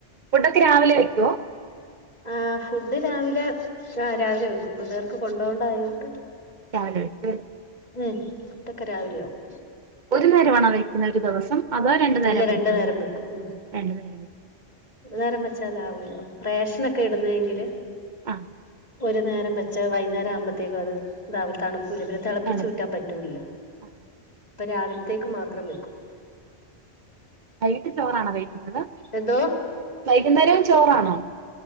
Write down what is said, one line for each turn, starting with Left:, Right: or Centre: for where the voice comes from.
Right: ഫുഡൊക്കെ രാവിലെ വെക്കോ
Left: ആ് ഫുഡ് രാവിലെ ആ് രാവിലെ വെക്കും പിള്ളേർക്ക് കൊണ്ടോണ്ട ആയൊണ്ട്
Right: രാവിലെ വെ
Left: ഉം ഫുഡ്‌ ഒക്കെ രാവിലെ ആവും
Right: ഒരു നേരമാണോ വയ്ക്കുന്ന ഒരു ദിവസം അതോ രണ്ടു നേരം
Left: ഇല്ല
Right: വയ്ക്കുന്നു
Left: വെക്കും ഉം
Right: രണ്ടു നേരം വയ്ക്കും
Left: ഒരു നേരം വെചാലാവൂല ഇല്ല റേഷന ഒക്കെ ഇടുന്നെങ്കില്
Right: ആ
Left: ഒരു നേരം വച്ചാ വൈന്നേരം ആകുമ്പഴത്തേക്കും അത് രാവിലെ തണുക്കൂല്ല പിന്നെ തിളപ്പച്ച്
Right: തണുക്കൂ
Left: ഊറ്റാൻ പറ്റു റ്റൂല്ല
Right: ആ
Left: അപ്പൊ രാവിലത്തേക്ക് മാത്രം വെക്കും
Right: വൈകിട്ട് ചോറാണോ കഴിക്കുന്നത്
Left: എന്തോ
Right: വൈകുന്നേരവും ചോറാണോ